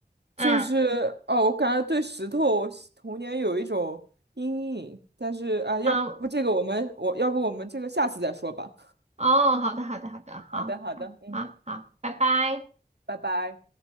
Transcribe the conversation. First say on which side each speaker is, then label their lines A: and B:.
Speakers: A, on the right; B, on the right.
A: 就是哦，
B: 啊
A: 我感觉对石头童年有一种阴影，但是啊，要不这个我们我要不我们这个下次再说吧。
B: 啊哦，好的好的好的，
A: 好的，
B: 好
A: 好的，嗯。
B: 好好，拜拜。
A: 拜拜。